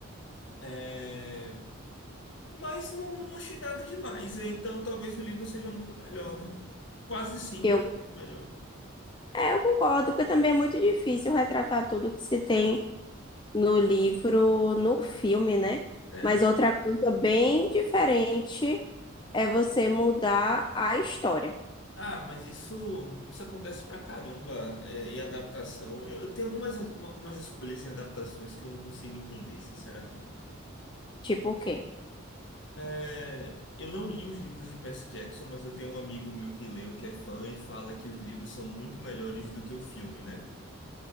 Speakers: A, on the left; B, on the left.
A: É, Mas não, não achei nada demais. é, Então talvez o livro seja muito melhor, né? Quase sempre
B: Eu,
A: é muito melhor.
B: é, eu concordo, porque também é muito difícil retratar tudo que se tem no livro, no filme, né?
A: É.
B: Mas outra coisa bem diferente é você mudar a história.
A: Ah, mas isso, isso acontece pra caramba, é, em adaptação. Eu, eu tenho algumas, algumas escolhas em adaptações que eu não consigo entender, sinceramente.
B: Tipo o quê?
A: É, eu não li os livros de Percy Jackson, mas eu tenho um amigo meu que leu, que é fã, e fala que os livros são muito melhores do que o filme, né?